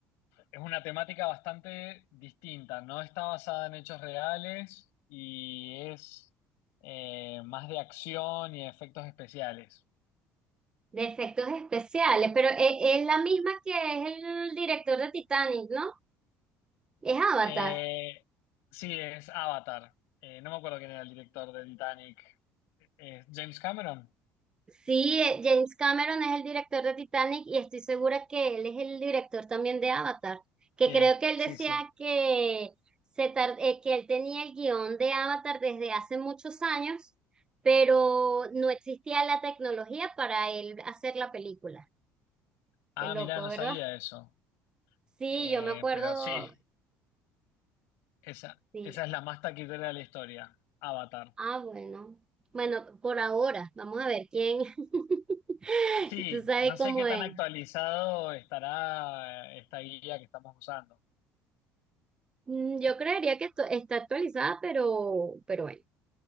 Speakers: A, on the left (about 80°); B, on the right (about 20°).
A: es una temática bastante distinta, no está basada en hechos reales y es eh, más de acción y efectos especiales.
B: de efectos especiales, pero e- es, la misma que es el director de Titanic, ¿no? Es Avatar.
A: Eh, sí, es Avatar. Eh, no me acuerdo quién era el director de Titanic. Eh, ¿James Cameron?
B: Sí, eh, James Cameron es el director de Titanic y estoy segura que él es el director también de Avatar, que
A: Sí,
B: creo que él
A: sí,
B: decía
A: sí.
B: que, se tar- eh, que él tenía el guión de Avatar desde hace muchos años, pero no existía la tecnología para él hacer la película.
A: Ah,
B: Qué loco,
A: mirá, no
B: ¿verdad?
A: sabía eso.
B: Sí,
A: Eh,
B: yo me acuerdo,
A: pero sí, esa,
B: sí.
A: esa es la más taquitera de la historia, Avatar.
B: Ah, bueno. Bueno, por ahora, vamos a ver quién. <laughs>
A: Sí,
B: Tú sabes
A: no sé
B: cómo
A: qué tan
B: es.
A: actualizado estará eh, esta guía que estamos usando.
B: Mm, Yo creería que esto está actualizada, pero, pero bueno,